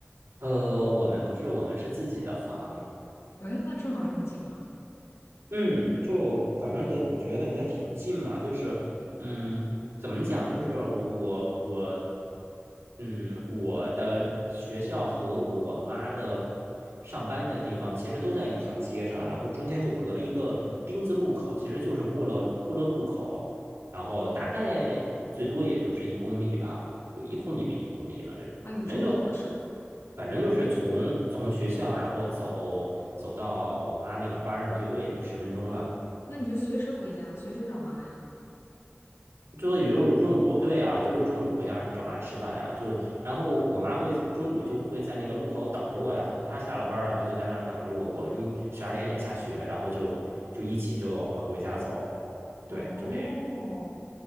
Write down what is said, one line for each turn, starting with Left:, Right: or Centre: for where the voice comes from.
Right: 呃，我们不是，我们是自己的房。
Left: 哎，那正好这么近啊！
Right: 嗯，就反正也我觉得也挺近嘛，就是嗯，怎么讲，就是我我嗯，我的学校和我妈的上班的地方其实都在一条街上，然后中间就隔了一个丁字路口，其实就是过了过了路口，然后大概最多也就是一公里吧，有一公里没一公里呢，这。
Left: 哎呦，
Right: 反正就
Left: 这么好的事儿，
Right: 反正就是从从学校，然后走走到我妈那个班儿上，最多也就十分钟吧。
Left: 那你就随时回家，随时找妈呀。
Right: 最多也就是中午，对啊，就是中午回家找妈吃饭呀、就然后我妈会中午就会在那个路口等着我呀，她她下了班儿然后就在那儿等着我。我们十二点也下学，然后就就一起就往回家走。对，
Left: 哦，
Right: 就这